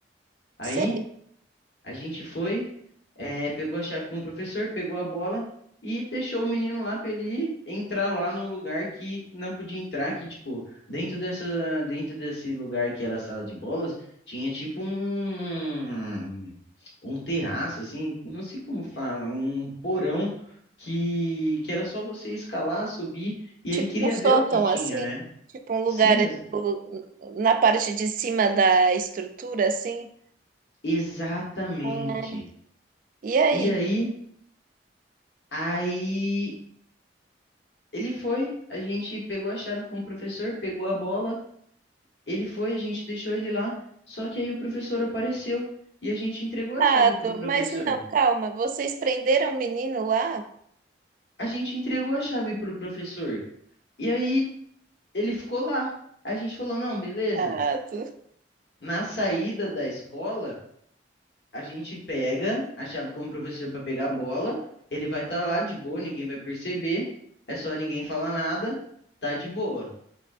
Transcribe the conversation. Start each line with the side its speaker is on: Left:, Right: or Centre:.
Left: Aí
Right: Sei,
Left: a gente foi, eh, pegou a chave com o professor, pegou a bola e deixou o menino lá para ele entrar lá num lugar que não podia entrar, que tipo, dentro dessa, dentro desse lugar que era a sala de bolas, tinha tipo um um terraço assim, não sei como fala, um porão que que era só você escalar, subir e
Right: tipo
Left: ele queria
Right: um sótão
Left: ver o que tinha,
Right: assim,
Left: né?
Right: tipo um lugar
Left: Sim,
Right: tipo,
Left: ex-
Right: na parte de cima da estrutura assim.
Left: exatamente.
Right: Ah, E aí?
Left: E aí, aí Ele foi, a gente pegou a chave com o professor, pegou a bola, ele foi, a gente deixou ele lá, só que aí o professor apareceu e a gente entregou a
Right: Tado,
Left: chave pro professor.
Right: mas não, calma, vocês prenderam o menino lá?
Left: A gente entregou a chave pro professor e aí ele ficou lá. A gente falou: "Não, beleza.
Right: Tado.
Left: Na saída da escola, a gente pega a chave com o professor para pegar a bola, ele vai estar lá de boa, ninguém vai perceber, é só ninguém falar nada, tá de boa."